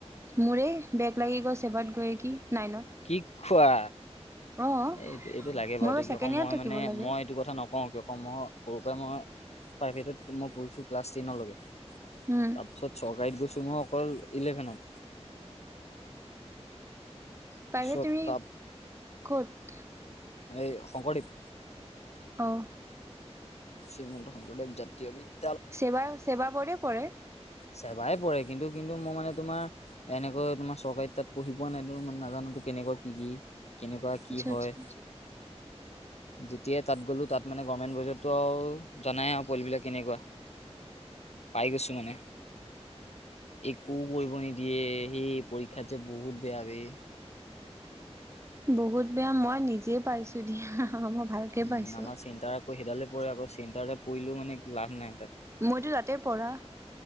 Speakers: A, on the right; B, on the left.
A: মোৰে বেগ লাগি গ'ল ছেবাত গৈ কি নাইনত।
B: কি খোৱা
A: অঁ
B: এই এইটো লাগে বাৰু
A: মই
B: দে
A: ছেকেণ্ড
B: আকৌ
A: ইয়েৰত
B: মই
A: থাকিব
B: মানে
A: লাগে
B: মই এইটো কথা নক অহ, কিয় কও মই সৰুৰ পে মই প্ৰাইভেটত মই পঢ়িছোঁ ক্লাছ টেনলৈকে।
A: উম
B: তাৰ পিছত চৰকাৰীত গৈছো <unintelligible> অকল ইলেভেনত। তাৰপিছত
A: প্ৰাইভেট তুমি
B: তাত
A: ক'ত?
B: এই শংকৰদেৱ।
A: অহ',
B: শ্ৰীমন্ত শংকৰদেৱ জাতীয় বিদ
A: চেবা-চেবা বৰ্ডে পৰে?
B: চেবাই পৰে কিন্তু- কিন্তু মই মানে তোমাৰ এনেকৈ তোমাৰ চৰকাৰী তাত পঢ়ি পোৱা নাই টো ইমান নাজানোটো কেনেকুৱা কি -কি কেনেকুৱা কি
A: আচ্ছা
B: হয়
A: আচ্ছা
B: যেতিয়া তাত গ'লো তাত মানে গমেন বয়জতটো আও জানাই আৰু পোৱলিবিলাক কেনেকুৱা। পাই গৈছো মানে। একো কৰিব নিদিয়ে সেই পৰীক্ষাত যে বহুত বেয়া ৰে।
A: বহুত বেয়া মই নিজে পাইছোঁ দিয়া মই ভালকে
B: উম
A: পাইছোঁ।
B: আমাৰ চেণ্টাৰ আকৌ সেইডাল পৰে আকৌ চেন্টাৰতে পৰিলেও মানে একো লাভ নাই তাত।
A: মইতো তাতে পঢ়া।